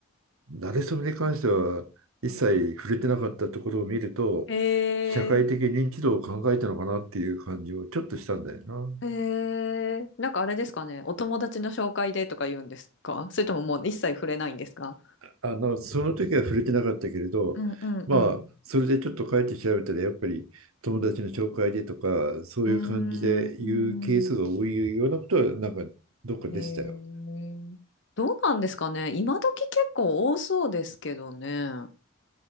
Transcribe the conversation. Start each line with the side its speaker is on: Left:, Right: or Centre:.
Right: 慣れそめに関しては一切触れてなかったところを見ると、
Left: え
Right: 社会的認知度を考えたのかなっていう感じをちょっとしたんだよな。
Left: ー、えー、なんかあれですかね。お友達の紹介でとか言うんですかそれとももう一切触れないんですか
Right: あの、その時は触れてなかったけれど、
Left: うんうんうん。
Right: まあ、それでちょっと帰って調べたら、やっぱり友達の紹介でとか、そういう感じで言うケースが多いようなことは、
Left: うーん。
Right: なんかどっかでしたよ。
Left: えー、どうなんですかね。今時結構多そうですけどね。